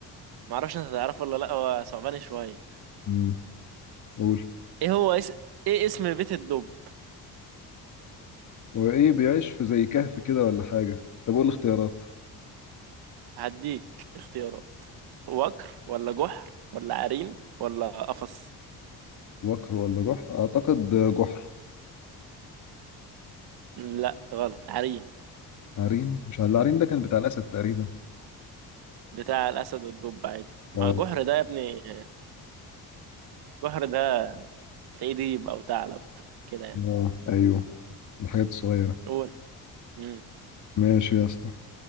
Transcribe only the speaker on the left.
مم. قول
وايه بيعيش في زي كهف كده ولا حاجة طب قول الاختيارات
وكر ولا جحر اعتقد جحر
عرين مش عارف العرين ده كان بتاع الاسد تقريبا
اه
اه ايوه الحاجات الصغيرة
ماشي يا اسطى